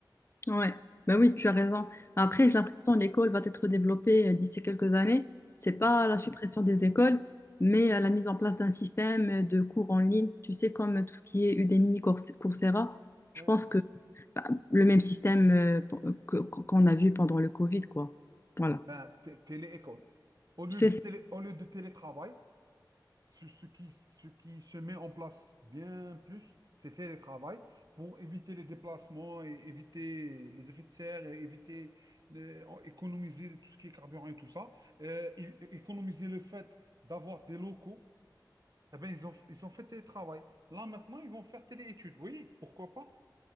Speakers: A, on the left (about 35°); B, on the right (about 55°).
A: Ouais, bah oui, tu as raison. Après,
B: Mm,
A: j'ai l'impression que l'école va être développée euh, d'ici quelques années. C'est pas
B: mm.
A: la suppression des écoles, mais euh, la mise en place d'un système euh, de cours en ligne, tu sais, comme euh, tout ce qui est Udemy, Cours- Coursera. Je
B: Oui,
A: pense
B: voilà.
A: que bah, le même système euh, p- que- qu'on a vu pendant le Covid, quoi. Voilà.
B: Ben, té- télé-école. Au lieu
A: Tu sais,
B: de
A: c'est-
B: télé, au lieu de télétravail, Ce, ce qui, ce qui se met en place bien plus, c'est télétravail pour éviter les déplacements et éviter les effets de serre et éviter euh, économiser tout ce qui est carburant et tout ça. Euh, é- économiser le fait d'avoir des locaux. Eh ben, ils ont, ils ont fait télétravail. Là, maintenant, ils vont faire téléétudes. Oui, pourquoi pas?